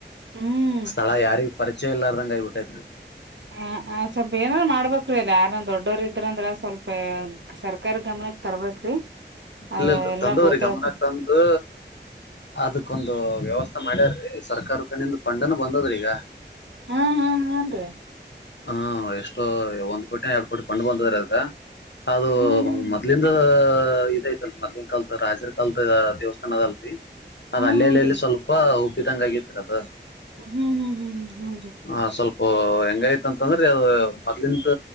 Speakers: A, on the right (about 75°); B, on the left (about 70°).
A: ಹ್ಮ್
B: ಸ್ಥಳ ಯಾರಿಗೆ ಪರಿಚಯ ಇಲ್ಲಾರ್ದಂಗ ಆಗ್ಬಿಟ್ಟೈತೆ
A: ಹ್ಮ್ ಹ್ಮ್ ಸ್ವಲ್ಪ ಏನಾದಾರು ಮಾಡ್ಬೇಕ್ರೀ ಇಲ್ಲ ಯಾರ ದೊಡ್ಡೋರು ಇದ್ರಂದ್ರ ಸ್ವಲ್ಪ ಸರ್ಕಾರ ಗಮನಕ್ ತರ್ಬೇಕ ರೀ
B: ಇಲ್ಲ
A: ಅದ
B: ಇಲ್
A: ಎಲ್ಲಾ
B: ತಂದದ್ರಿ
A: ಗೊತ್ತಾಗತ
B: ಗಮನಕ್ ತಂದು ಅದಕ್ಕೊಂದು ವ್ಯವಸ್ಥೆ ಮಾಡ್ಯಾರ ರೀ ಸರ್ಕಾರದ ಕಡೆಯಿಂದ ಫಂಡ್ ನು ಬಂದದ್ರಿ ಈಗ
A: ಹ್ಮ್ ಹ್ಮ್ ಹೂನ್ರಿ
B: ಹಾ ಎಷ್ಟೋ ಒಂದ್ ಕೋಟಿ ಎರಡ್ ಕೋಟಿ ಫಂಡ್ ಬಂದಾದ್ರಿ ಅದೃದ್ದು ಅದು
A: ಹ್ಮ್ ಹ್ಮ್ ಹ್ಮ್
B: ಮೊದ್ಲ ಇದು ಇದೈತಲ್ರಿ ಮೋದಲಿನ ಕಾಲದ ರಾಜರ್ ಕಾಲದ ದೇವಸ್ಥಾನ ಅದಲ್ರರಿ ಅದ್
A: ಹಾ
B: ಅಲ್ಲಿ
A: ಹಾನ್ರಿ
B: ಅಲ್ಲಲ್ಲಿ ಸ್ವಲ್ಪ ಉಬ್ಬಿದಂಗ ಆಗಿತ್ತುರಿ ಅದ
A: ಹ್ಮ್ ಹ್ಮ್ ಹ್ಮ್ ಹ್ಮ್ ಹ್ಮ ರೀ
B: ಹ ಸ್ವಲ್ಪ ಹೆಂಗಯತ ಅಂತಂದ್ರಿ ಅದ ಮೊದ್ಲಿಂದ